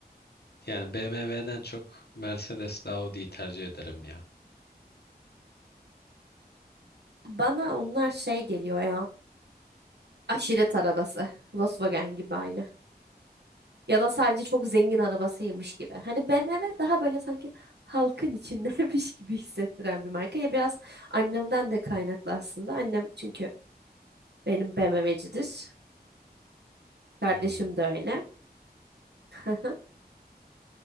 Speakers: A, on the left; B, on the right.
A: yani BMW'den çok Mercedes, Audi'yi tercih ederim ya.
B: Bana onlar şey geliyor ya. Aşiret arabası. Volkswagen gibi aynı. Ya da sadece çok zengin arabasıymış gibi. Hani BMW daha böyle sanki halkın içindeymiş <laughs> gibi hissettiren bir marka. Ya biraz annemden de kaynaklı aslında. Annem çünkü benim BMW'cidir. Kardeşim
A: Hmm.
B: de öyle. <laughs>